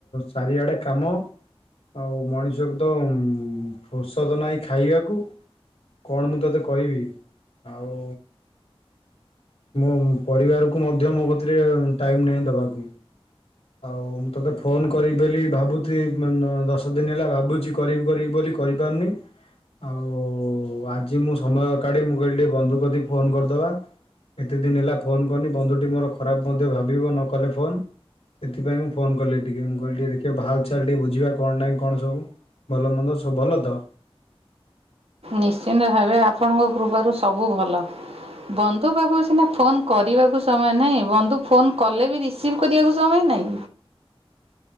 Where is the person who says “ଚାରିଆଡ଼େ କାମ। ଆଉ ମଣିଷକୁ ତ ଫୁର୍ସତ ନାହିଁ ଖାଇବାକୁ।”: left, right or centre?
Left